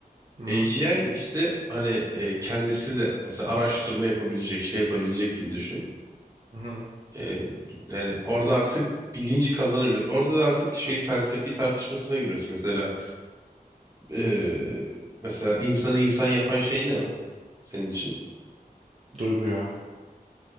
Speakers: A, on the right; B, on the right.
A: Hı-hı.
B: AGI işte hani e, kendisi de mesela araştırma yapabilecek, şey yapabilecek gibi düşün.
A: Hı-hı.
B: Ee, yani orada artık bilinç kazanıyor. Mes- Orada da artık şey felsefi tartışmasına giriyoruz. Mesela ee, mesela insanı insan yapan şey ne senin için?
A: Duygu ya.